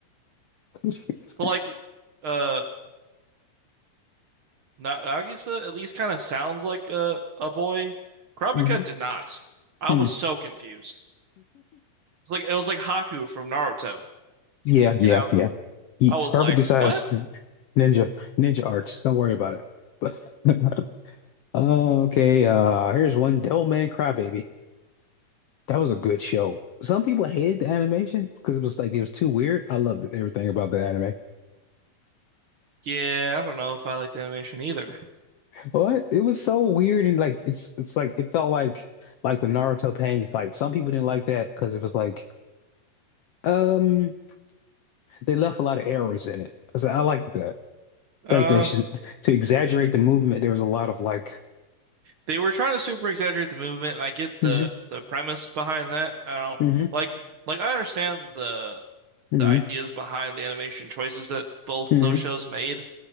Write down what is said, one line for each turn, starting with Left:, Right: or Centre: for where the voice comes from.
Left: <laughs>
Right: But like uh Na Nagisa at least kind of sounds like a a boy. Kurapika
Left: Mhm.
Right: did not. I
Left: <laughs>
Right: was so confused. It was like it was like Haku from Naruto,
Left: Yeah, yeah,
Right: you know?
Left: yeah. He
Right: I
Left: perfect
Right: was like,
Left: decides
Right: "What?"
Left: ninja ninja arts. Don't worry about it. But <laughs> okay, uh here's one Devil Man Crybaby. That was a good show. Some people hated the animation because it was like it was too weird. I loved everything about the anime.
Right: Yeah, I don't know if I like the animation either.
Left: What? It was so weird and like it's it's like it felt like like the Naruto Pain fight. Some people didn't like that because it was like um they left a lot of errors in it. So I liked that.
Right: Uh
Left: Like they should to exaggerate the movement. There was a lot of like
Right: they were trying to super exaggerate the movement and I get the
Left: hmm
Right: the premise behind that. I don't
Left: hmm
Right: like like I understand the
Left: hmm
Right: the ideas behind the animation choices that both
Left: hmm
Right: those shows made.